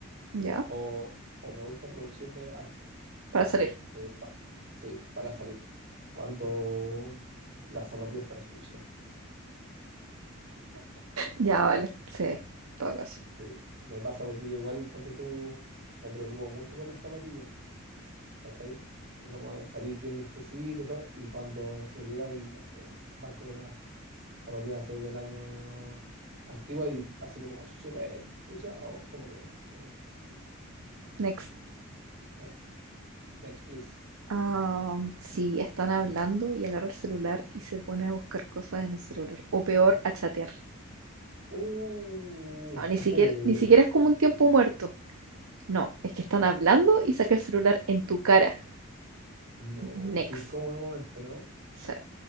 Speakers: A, on the right; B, on the right.
A: Ya,
B: o, o me gusta producirme harto
A: para salir.
B: eh, cuan- sí, para salir cuando las zapatillas están sucias.
A: Ya, vale. Sí, en todo caso.
B: Sí, me pasa porque yo igual, ponte tú, me preocupo mucho por las zapatillas, ¿cachai? Y como de salir bien limpiecito y todo, y cuando, no sé, llegan y, no sé, van con unas zapatillas, no sé, del año antigua y así como súper sucia o como que, mm,
A: Next.
B: next, next, please.
A: Am, sí, están hablando y agarra el celular y se pone a buscar cosas en el celular. O peor, a chatear.
B: Uh,
A: No, ni
B: <laughs>
A: siquiera,
B: oh,
A: ni siquiera es como un tiempo muerto. No, es que están hablando y saca el celular en tu cara.
B: no,
A: Next.
B: qué incómodo momento, ¿no?
A: O sea,